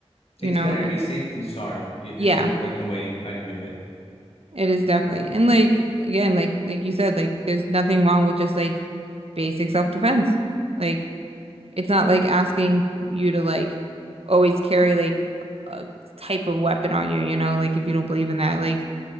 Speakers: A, on the right; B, on the left.
A: you
B: It's
A: know?
B: better
A: And-
B: to be safe than sorry, is
A: Yeah.
B: the like the way I view it.
A: It is definitely. And like again, like like you said, like there's nothing wrong with just like basic self-defense. Like it's not like asking you to like always carry like a type of weapon on you, you know, like if you don't believe in that, like